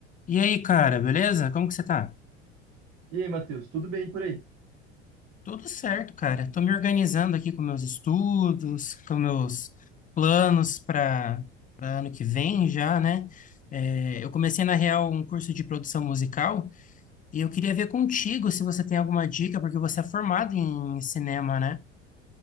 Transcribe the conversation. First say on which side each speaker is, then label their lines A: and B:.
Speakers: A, on the left; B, on the right.
A: E aí, cara, beleza? Como que você tá?
B: E aí, Matheus, tudo bem por aí?
A: Tudo certo, cara. Tô me organizando aqui com meus estudos, com meus planos para para ano que vem já, né? É, eu comecei, na real, um curso de produção musical e eu queria ver contigo se você tem alguma dica, porque você é formado em cinema, né?